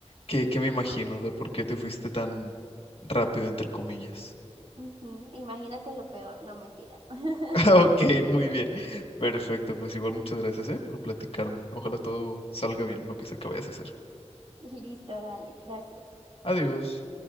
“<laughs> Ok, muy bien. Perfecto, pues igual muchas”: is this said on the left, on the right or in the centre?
Left